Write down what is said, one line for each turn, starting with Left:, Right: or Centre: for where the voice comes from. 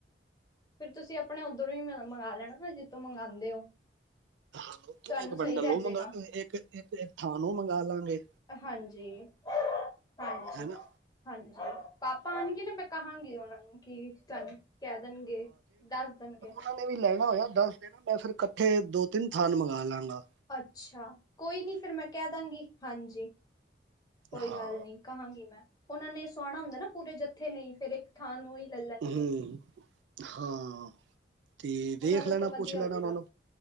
Left: ਫਿਰ ਤੁਸੀਂ, ਆਪਣੇ ਉੱਧਰੋਂ ਹੀ, ਮੰਗਵਾ ਲੈਣਾ ਨਾ, ਜਿੱਥੋਂ ਮੰਗਵਾਉਂਦੇ ਹੋ
Right: ਹਾਂ, ਉਥੋਂ
Left: ਤੁਹਾਨੂੰ
Right: ਇੱਕ
Left: ਸਹੀ
Right: ਬੰਡਲ
Left: ਰਹਿ
Right: ਉਹ
Left: ਜਾਏਗਾ।
Right: ਮੰਗਾ ਲਉ, ਇੱਕ ਥਾਨ ਉਹ ਮੰਗਾਲਾਂਗੇ
Left: ਹਾਂਜੀ -ਹਾਂਜੀ
Right: ਹੈਨਾ
Left: -ਹਾਂਜੀ ਪਾਪਾ, ਆਉਣਗੇ ਨਾ ਮੈਂ ਕਹਾਂਗੀ ਉਹਨਾਂ ਨੂੰ, ਕੀ ਤੁਹਾਨੂੰ ਕਹਿ ਦੇਣਗੇ ਦੱਸ ਦੇਣਗੇ
Right: ਇਹਨਾਂ ਨੇ, ਵੀ ਲੈਣਾ ਹੋਇਆ, ਦੱਸ ਦੇਣਾ ਮੈਂ ਫਿਰ, ਇਕੱਠੇ ਦੋ -ਤਿੰਨ ਥਾਨ ਮੰਗਾਲਾਂਗਾ
Left: ਅੱਛਾ, ਕੋਈ ਨੀ, ਫਿਰ ਮੈਂ ਕਹਿ ਦਾਂਗੀ ਹਾਂਜੀ ਕੋਈ
Right: ਹਾਂ
Left: ਗੱਲ ਨਈ ਕਹਾਂਗੀ, ਮੈਂ ਉਹਨਾਂ ਨੇ ਸਵਾਣਾ ਹੁੰਦਾ ਨਾ, ਪੂਰੇ ਜੱਥੇ ਨੇ ਫਿਰ ਥਾਂ ਨੂੰ ਹੀ ਲੈ ਲੈਣਗੇ
Right: ਹੂ, ਹਾਂ। ਤੇ ਵੇਖ,
Left: ਉਹਨਾਂ ਦਾ
Right: ਲੈਣਾ
Left: ਤੇ ਵਧੀਆ
Right: ਪੁੱਛ ਲੈਣਾ
Left: ਹੋ ਜਾਏਗਾ
Right: ਉਹਨਾਂ ਨੂੰ।